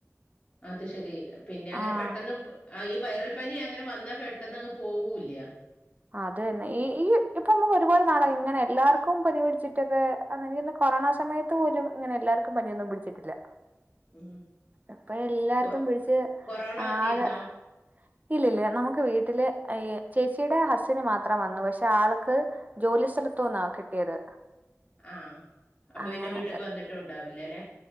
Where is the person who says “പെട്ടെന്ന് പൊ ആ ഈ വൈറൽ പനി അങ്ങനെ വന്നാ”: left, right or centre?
Left